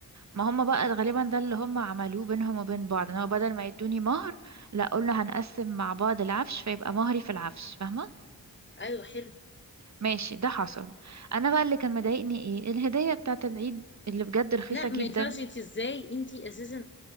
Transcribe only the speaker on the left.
ايوه حلو
لا
ما ينفعش انت ازاي انت اساسا